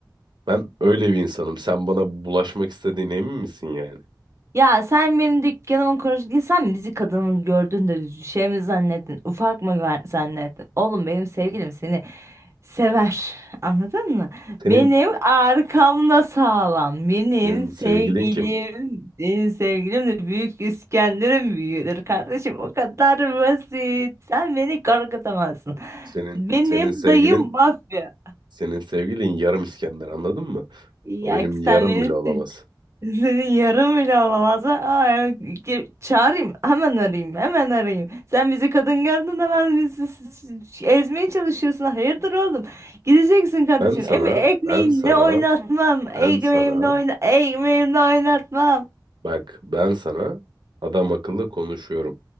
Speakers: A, on the right (about 80°); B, on the right (about 40°).
A: Ben öyle bir insanım. Sen bana bulaşmak istediğine emin misin yani?
B: ya sen benim dükkanımı konuştun. Sen bizi kadının gördün de şey mi zannettin? Ufak mı güven- zannettin? Oğlum benim sevgilim seni Sever. Anladın mı?
A: Senin
B: Benim arkamda sağlam. Benim
A: Senin
B: sevgilim,
A: sevgilin kim?
B: benim sevgilim de Büyük İskender'in büyüğüdür kardeşim. O kadar basit. Sen beni korkutamazsın.
A: Senin
B: Benim
A: senin sevgilin
B: dayım mafya.
A: senin sevgilin yarım İskender anladın mı?
B: Ya
A: O benim yarım
B: sen beni
A: bile olamaz.
B: senin yarım bile olamaz. Aa, ge- çağırayım. Hemen arayayım. Hemen arayayım. Sen bizi kadın gördün hemen bizi s- s- s- ezmeye çalışıyorsun. Hayırdır oğlum? Gideceksin kardeşim.
A: Ben sana,
B: Em ekmeğimle
A: ben sana,
B: oynatmam. Ekmeğimle
A: ben sana,
B: oyna ekmeğimle oynatmam.
A: bak ben sana adam akıllı konuşuyorum.